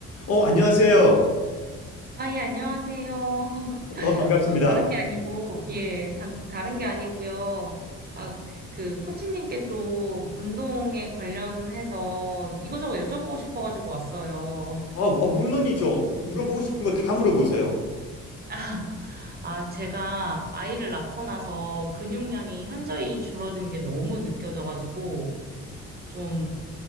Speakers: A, on the left (about 55°); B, on the right (about 30°).
A: 어, 안녕하세요.
B: 아, 예, 안녕하세요. <laughs>
A: 어, 반갑습니다.
B: 저 다른 게 아니고, 예, 단, 다른 게 아니고요. 아, 그, 코치님께 좀 운동에 관련해서 이거저거 여쭤보고 싶어가지고 왔어요.
A: 어, 어, 물론이죠. 물어보고 싶은 거 다 물어보세요.
B: <laughs> 아, 아, 제가 아이를 낳고 나서 근육량이 현저히 줄어든 게 너무 느껴져가지고, 좀